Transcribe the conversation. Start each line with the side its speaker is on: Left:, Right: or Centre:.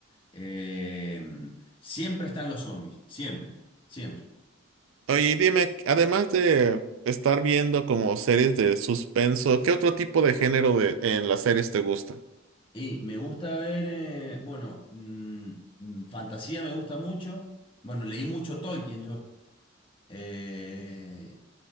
Left: eh, siempre están los zombies, siempre, siempre.
Right: Oye, y dime, además de estar viendo como series de suspenso, ¿qué otro tipo de género de, en las series te gusta?
Left: Y me gusta ver, eh, bueno, mm, mm, fantasía me gusta mucho. Bueno, leí mucho Tolkien yo. Eh,